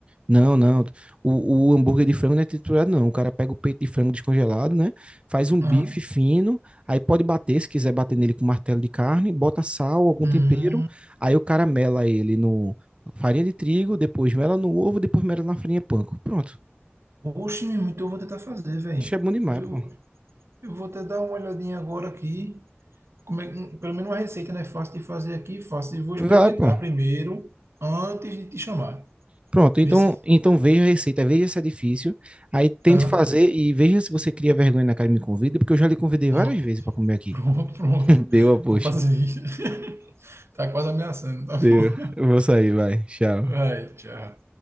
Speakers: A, on the right; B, on the right.
A: Não, não. O, o hambúrguer de frango não é triturado, não. O cara pega o peito de frango descongelado, né? Faz um bife
B: Aham.
A: fino, aí pode bater, se quiser bater nele com martelo de carne, bota sal, algum
B: Hum,
A: tempero, aí o cara mela ele no farinha de trigo, depois mela no ovo, depois mela na farinha panko. Pronto.
B: Oxe, meu irmão, então eu vou tentar fazer, velho.
A: Isso é bom demais,
B: Eu,
A: pô.
B: eu vou até dar uma olhadinha agora aqui. Como é, um- pelo menos uma receita, né? Fácil de fazer aqui, fácil. E vou
A: Vai,
B: experimentar
A: pô.
B: primeiro, antes de te chamar.
A: Pronto,
B: Vice?
A: então, então veja a receita, veja se é difícil, aí tente
B: Ah,
A: fazer e veja se você cria vergonha na cara e me convida, porque eu já lhe convidei
B: Pronto,
A: várias vezes para
B: <laughs>
A: comer aqui.
B: pronto, pronto.
A: Deu a poxa.
B: Vou fazer isso. <laughs> Tá quase ameaçando, tá
A: Deu.
B: bom?
A: Eu vou sair, vai. Tchau.
B: Vai, tchau.